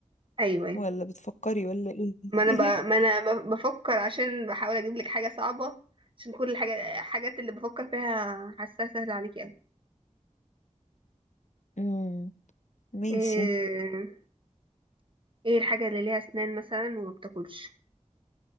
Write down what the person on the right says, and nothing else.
ايوه أيوة.
ما انا ب... ما انا ب... بفكر عشان بحاول اجيب لك حاجه صعبه عشان كل الحاجات الحاجات اللي بفكر فيها حاساها سهله عليكي قوي
ايه ايه الحاجه اللي ليها اسنان مثلا وما بتاكلش